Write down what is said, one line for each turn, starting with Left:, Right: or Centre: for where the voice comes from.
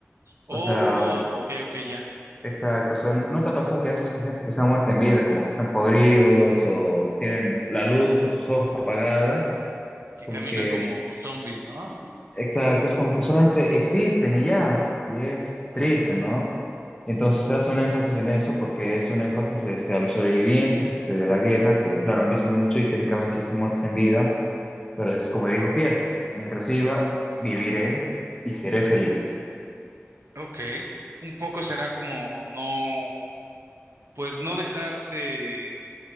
Right: Oh,
Left: O sea,
Right: ok, ok, ya.
Left: exacto, o sea, ¿no te ha pasado que has visto gente que está muerta en vida, como que están podridos o tienen la luz de sus ojos apagada? Es
Right: Que
Left: como
Right: caminan
Left: que
Right: como zombies, ¿no?
Left: Exacto, es como que solamente existen y ya, y es triste, ¿no? Entonces hace un énfasis en eso porque es un énfasis este, a los sobrevivientes este, de la guerra, que claro, han visto mucho y técnicamente son muertos en vida, pero es como dijo Pierre, mientras viva, viviré y seré feliz.
Right: Ok. Un poco será como no, pues no dejarse